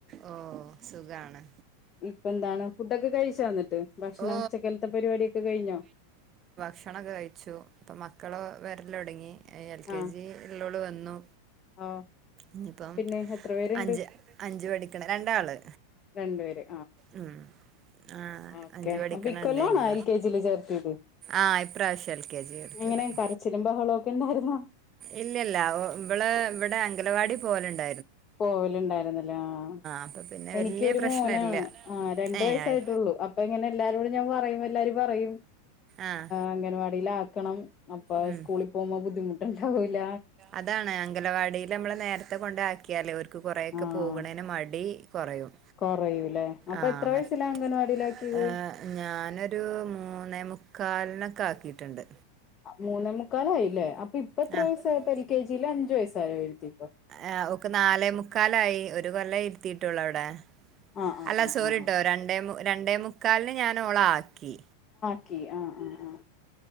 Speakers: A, on the right; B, on the left.
A: ഓ സുഖാണ്
B: ഇപ്പൊന്താണ് ഫുഡൊക്കെ കഴിച്ചന്നിട്ട് ബഷ്ണം
A: ഓ
B: ഉച്ചക്കൽത്തെ പരിപാടിയൊക്കെ കയിഞ്ഞോ
A: ഭക്ഷണോക്കെ കഴിച്ചു അപ്പം മക്കൾ വരല് തൊടങ്ങി എൽ കെ
B: ആഹ്
A: ജിള്ളോള് വന്നു
B: ആഹ്
A: ഇനിയിപ്പം
B: പിന്നെ എത്ര പേരുണ്ട്
A: അഞ്ച് അഞ്ചു പഠിക്കണ രണ്ടാള്
B: രണ്ടുപേര്
A: ഉം ആഹ്
B: ഓക്കെ
A: അഞ്ച് പഠിക്കണണ്ട്
B: അപ്പൊ ഇക്കൊല്ലണോ
A: ഇനി
B: എൽ കെ ജിയില് ചേർത്തിത്
A: ആഹ് ഇപ്രാവശ്യം എൽ കെ ജി ചേർത്തിയത്
B: എങ്ങനെ കരച്ചിലും ബഹളൊക്കിണ്ടാരുന്നോ
A: ഇല്ലല്ല ഇവള് ഇവിടെ അംഗലവാടി പോവലുണ്ട
B: പോവലുണ്ടായിരുന്നില്ലേ ആഹ്‌
A: അപ്പൊ പിന്നെ
B: എനിക്കൊരു
A: വല്യ പ്രശ്നല്ല
B: മോനാണ് ആഹ് രണ്ടു
A: ഏഹ്
B: വയസയിട്ടുള്ളൂ
A: ആയി
B: അപ്പൊ ഇങ്ങനെ എല്ലാരോട് ഞാൻ പറെ ല്ലാര് പറയും
A: ആഹ്
B: അംഗനവാടിലാക്കണം അപ്പ
A: ഉം
B: സ്കൂളിൽ പോമ്പോ ബുദ്ധിമു ഉണ്ടാവൂല
A: അതാണ് അംഗനവാടീല് നമ്മള് നേരത്തെ കൊണ്ടാക്കിയാല് കൊറെക്കെ
B: ആഹ്
A: പോകണേന് മടി കൊറയും
B: കൊറയൂല്ലേ അപ്പൊ
A: ആഹ്
B: എത്ര
A: മറ്റ്
B: വയസ്സിലാ <unintelligible>
A: ഏഹ് ഞാനൊരു മൂന്നേമുക്കാലിനൊക്കെ ആക്കിട്ടുണ്ട്
B: മൂന്നേ മുക്കാലായില്ലേ അ പ്പൊ ഇപ്പ എത്ര
A: ആഹ്
B: വയസായി പ്പ ൽ കേ ജില്ല അഞ്ചു വയസായോ എഴുത്തിപ്പൊ
A: ആഹ് ഓക്ക് നാലേ മുക്കാലായി ഒരു കൊല്ല ഇരുത്തീട്ടൊള്ളവിടെ
B: ആഹ് ആഹ്
A: അല്ല
B: ആഹ്
A: സോറിട്ടോ
B: ആഹ് ആഹ്
A: രണ്ടേ രണ്ടേ മുക്കാലിന് ഞാൻ ഒള ആക്കി
B: ക്കി ആഹ് ആഹ്‌ ആഹ്